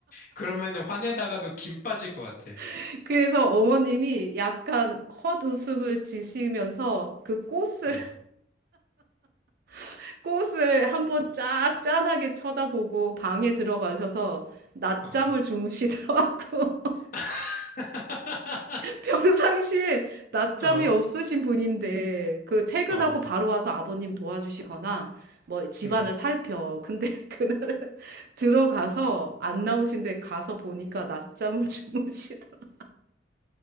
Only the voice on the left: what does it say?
그러면은 화내다가도 김 빠질 것 같아.
어,
어,
<laughs>
어,
어,
음.